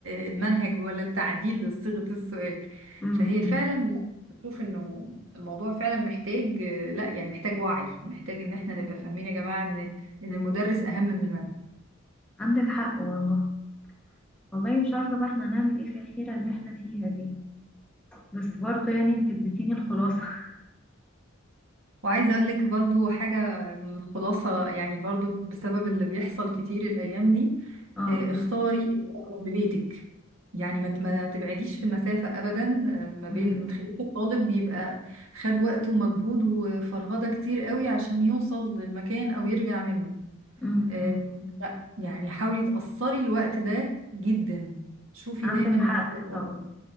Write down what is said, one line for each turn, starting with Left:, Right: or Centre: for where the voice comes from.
Right: آه، المنهج ولا التعديل لصيغة السؤال
Centre: امم
Right: فهي فعلا بشوف انه الموضوع فعلا محتاج آه، لا يعني محتاج وعي محتاج ان احنا نبقى فاهمين يا جماعة ان ان المدرس اهم من المنهج
Centre: عندك حق والله والله مش عارفة بقى احنا هنعمل ايه في الحيرة اللي احنا فيها دي بس برضو يعني انت اديتيني الخلاصة <laughs>
Right: وعايزة اقول لك برضو حاجة من الخلاصة يعني برضو بسبب اللي بيحصل كتير الايام دي
Centre: اه
Right: آه،
Centre: قولي
Right: اختاري الاقرب لبيتك يعني ما ت- ما تبعديش في المسافة ابدا آه، ما بين
Centre: امم
Right: ما تخليش الطالب بيبقى خد وقت ومجهود وفرهدة كتير قوي عشان يوصل للمكان او يرجع منه
Centre: امم
Right: آه، لا يعني حاولي تقصري الوقت ده جدا شوفي
Centre: عندك
Right: دايما الحاجة
Centre: حق
Right: الأقرب.
Centre: طبعا